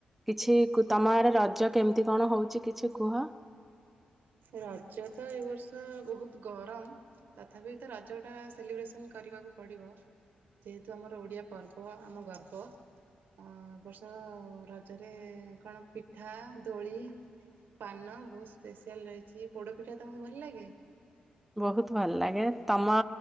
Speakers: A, in the centre; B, on the right (about 75°).
A: କିଛି ତମ ଆଡେ ରଜ କେମିତି କଣ ହଉଛି କିଛି କୁହ?
B: ରଜ ତ ଏ ବର୍ଷ ବହୁତ ଗରମ। ତଥାପି ତ ରଜଟା ସେଲିବ୍ରେସନ୍ କରିବାକୁ ପଡ଼ିବ। ଯେହେତୁ ଆମର ଓଡିଆ ପର୍ବ ଆମ ଗର୍ବ। ଆ ଏବର୍ଷ ରଜରେ କଣ ପିଠା ଦୋଳି ପାନ ବହୁତ ସ୍ପେଶିଆଲ ରହିଛି ପୋଡପିଠା ତମକୁ ଭଲ ଲାଗେ?
A: ବୋହୁତ୍ ଭଲ୍ ଲାଗେ ତମ